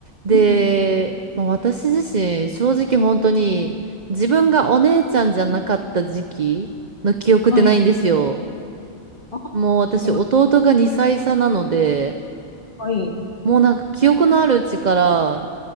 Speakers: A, on the right; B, on the left.
A: で、
B: うん、
A: まあ、私自身、正直本当に、自分がお姉ちゃんじゃなかった時期の記憶ってないんですよ。
B: はい。あ、
A: もう私、
B: なる
A: 弟が2歳差なので、
B: ほどはい。
A: もうなんか記憶のあるうちから、